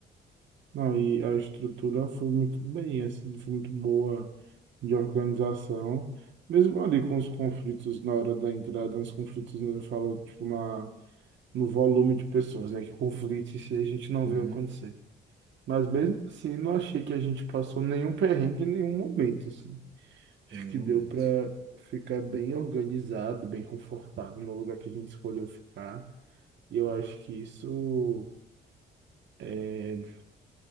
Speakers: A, on the right (about 65°); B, on the right (about 50°).
A: Não, e a estrutura foi muito bem, assim, foi muito boa de organização. Mesmo ali com os conflitos na hora da entrada, os conflitos, né, eu falo, tipo, na, no volume de pessoas, né? Que conflitos se a gente não
B: Uhum.
A: vê acontecer. Mas mesmo assim, não achei que a gente passou nenhum perrengue em nenhum momento, assim. Acho
B: em
A: que
B: um
A: deu
B: momento.
A: para ficar bem organizado, bem confortável no lugar que a gente escolheu ficar. E eu acho que isso é,